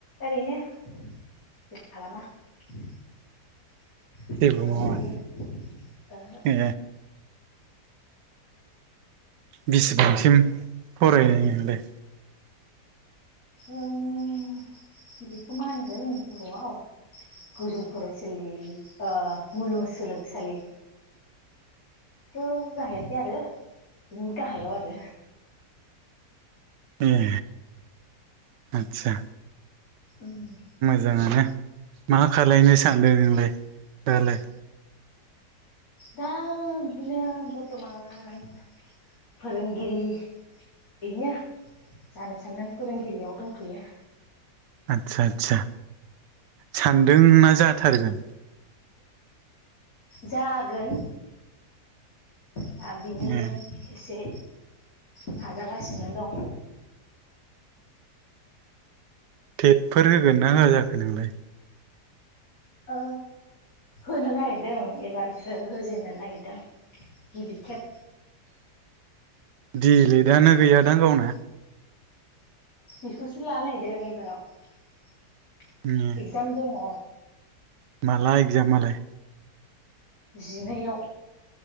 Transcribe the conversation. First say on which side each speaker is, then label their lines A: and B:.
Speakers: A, on the left (about 55°); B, on the right (about 85°).
A: ओरैनो जेबो खालामा। न'आव
B: जेबो मावा
A: थायो। ओहो
B: ए बिसिबांसिम फरायनाय नोंलाय?
A: ओं बेखौ माहोनगोन बर'आव गोजौ फरायसालि ओ मुलुगसोलोंसालि थ' जाहैयाखै आरो बिनि गाहायाव आरो
B: ए आतसा।
A: ओं
B: मोजांङानो मा खालायनो सानदों नोंलाय दालाय?
A: दा बिदिनो बरथमान फोरोंगिरि बेनो जानो साननानै फोरोंगिरियाव दंथ'यो।
B: आदसा आतसा सानदोंना? जाथारगोन।
A: जागोन दा बिनिनो
B: ए
A: एसे नाजागासिनो दं।
B: टेटफोर होगोन ना होआ जाखो नोंलाय।?
A: ओ होनो नागिरदों एबारसो होजेननो नागिरदों। गिबि खेब
B: दिलेटानो गैयादां गावना?
A: बेखौसो ला नागिरदों एबाराव
B: ए
A: एगजाम दङ।
B: मला एगजामालाय?
A: जिनैयाव